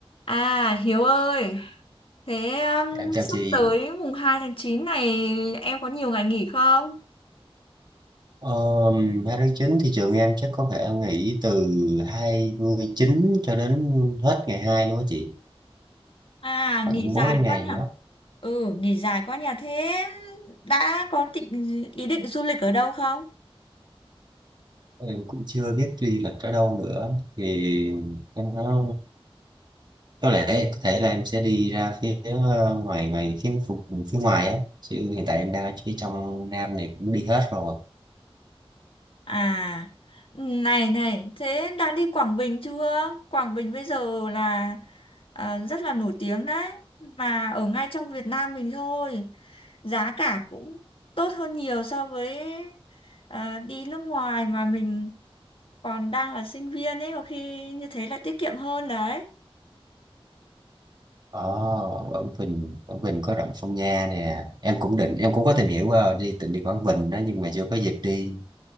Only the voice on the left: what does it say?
À Hiếu ơi, thế um,
sắp
tới mùng 2 tháng 9 này em có nhiều ngày nghỉ không?
À,
nghỉ dài
quá nhỉ?
Ừ, nghỉ dài quá nhỉ. Thế đã có định ý định du lịch ở đâu không?
À, này này, thế đã đi Quảng Bình chưa? Quảng Bình bây giờ là ờ, rất là nổi tiếng đấy, mà ở ngay trong Việt Nam mình thôi. Giá cả cũng tốt hơn nhiều so với ờ, đi nước ngoài mà mình còn đang là sinh viên ấy, có khi như thế là tiết kiệm hơn đấy.